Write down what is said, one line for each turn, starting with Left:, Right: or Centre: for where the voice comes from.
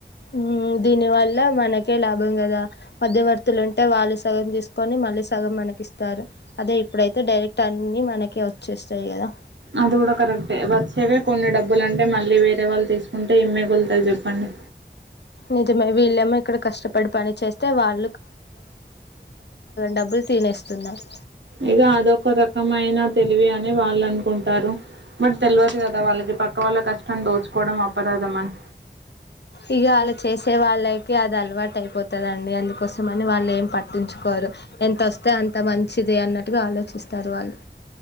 Left: మ్మ్ దీనివల్ల మనక్ కె లాభం కదా. మధ్యవర్తులు ఉంటే వాళ్ళు సగం తీసుకొని మళ్ళీ సగం మనకి ఇస్తారు. అదే ఇప్పుడైతే డైరెక్ట్ అన్ని మనకే వచ్చేస్తాయి కదా.
Right: అది కూడా కరెక్టే. వచ్చేవె కొన్ని డబ్బులు అంటే మల్లి వేరే వాళ్ళు తీసుకుంటే ఎం మిగుల్తది చెప్ పండి
Left: నిజమే వీళ్ళమో ఇక్కడ కష్టపడి పని చేస్తే వాళ్ డబ్బులు తినేస్తున్నారు
Right: ఇగ అదొక రకమైన తెలివి అని వాళ్ళు అనుకుంటారు. బట్ తెలవదు కదా వాళ్ళకి పక్కవాళ్ళ కష్టాన్ని దోచుకోవడం అపరాదమన్
Left: ఇగ ఆళ్ళ చేసే వాళ్ళకి అది అలవాటు అయిపో తదండి అందుకోసం అని వాళ్ళు ఏం పట్టించుకోరు. ఎంత వస్తే అంత మంచిది అన్నట్టుగా ఆలోచిస్తారు వాళ్ళు